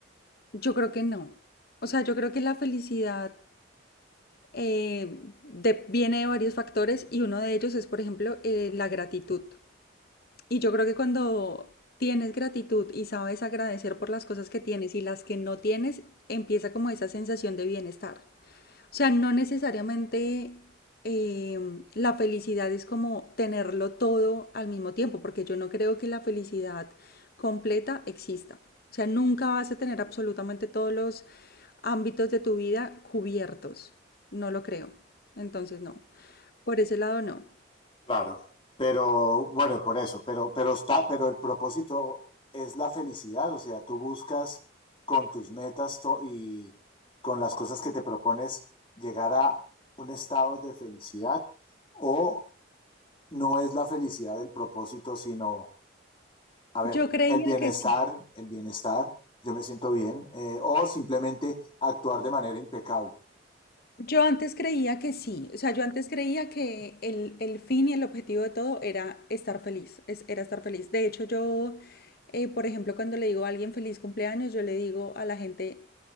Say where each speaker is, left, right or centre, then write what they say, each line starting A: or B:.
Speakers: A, on the left (about 50°); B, on the left (about 25°).
A: Yo creo que no. O sea, yo creo que la felicidad eh, de- viene de varios factores y uno de ellos es, por ejemplo, eh, la gratitud. Y yo creo que cuando tienes gratitud y sabes agradecer por las cosas que tienes y las que no tienes, empieza como esa sensación de bienestar. O sea, no necesariamente em, la felicidad es como tenerlo todo al mismo tiempo, porque yo no creo que la felicidad completa exista. O sea, nunca vas a tener absolutamente todos los ámbitos de tu vida cubiertos. No lo creo. Entonces, no. Por ese lado, no.
B: Claro, pero bueno, por eso, pero, pero está, pero el propósito es la felicidad, o sea, tú buscas con tus metas to- y con las cosas que te propones llegar a un estado de felicidad o no es la felicidad el propósito, sino, a ver,
A: Yo creía
B: el bienestar,
A: que sí.
B: el bienestar, yo me siento bien, eh, o simplemente actuar de manera impecable.
A: Yo antes creía que sí, o sea, yo antes creía que el, el fin y el objetivo de todo era estar feliz, es- era estar feliz. De hecho, yo, eh, por ejemplo, cuando le digo a alguien feliz cumpleaños, yo le digo a la gente